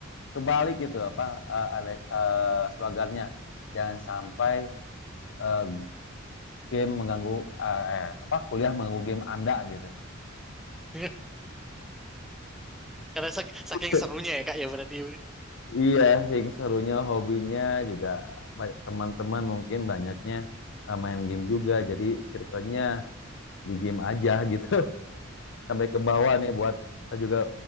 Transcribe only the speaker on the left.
kebalik gitu apa eh, ale- eh, slogannya jangan sampai eh, game mengganggu eh, eh, apa kuliah mengganggu game Anda gitu.
<laughs>
Iya, kayak gitu, serunya hobinya juga teman-teman mungkin banyaknya eh, main game juga jadi circle-nya di game aja gitu <laughs> sampai ke bawah nih buat saya juga